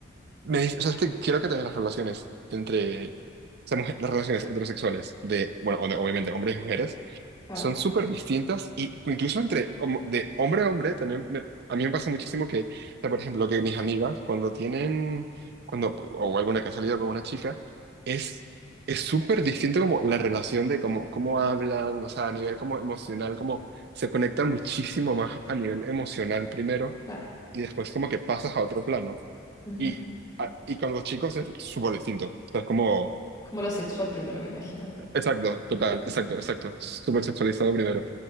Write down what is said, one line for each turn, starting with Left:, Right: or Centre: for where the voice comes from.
Right: me dice, o sea, es que quiero que también las relaciones entre, o sea, mujer- las relaciones heterosexuales de, bueno, o de- obviamente hombres y mujeres,
Left: claro,
Right: son súper distintas y incluso entre homo- de hombre a hombre también me- a mí me pasa muchísimo que, o sea, por ejemplo, que mis amigas cuando tienen, cuando, o alguna que ha salido con una chica, es es súper distinto como la relación de cómo, cómo hablan, o sea, a nivel como emocional, como se conecta muchísimo más a nivel emocional primero
Left: claro.
Right: y después como que pasas a otro plano.
Left: ujú.
Right: Y, a- y con los chicos es súper distinto. O sea, es como,
Left: Como lo sexual primero, me imagino.
Right: exacto, total,
Left: <laughs>
Right: exacto, exacto, súper sexualizado primero.